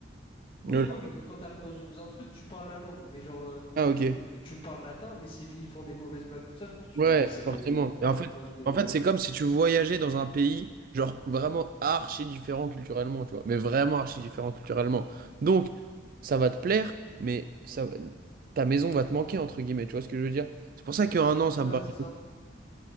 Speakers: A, on the right; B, on the left.
A: Le
B: Oui,
A: latin,
B: non, mais qu- quand tu arrives dans, une- dans un truc, tu parles la langue, mais genre, euh,
A: ah, ok.
B: que, que tu parles latin, mais s'ils ils font des mauvaises blagues, tout ça, je pense que tu-
A: Ouais,
B: ça doit
A: forcément.
B: être des blagues
A: Et en fait,
B: à base de...
A: en fait, c'est comme si tu voyageais dans un pays, genre vraiment archi différent culturellement, tu vois, mais vraiment archi différent culturellement. Donc, ça va te plaire, mais ça, ta maison va te manquer, entre guillemets, tu vois ce que je veux dire? C'est pour ça qu'un an, ça
B: Ouais,
A: me paraît.
B: c'est ça.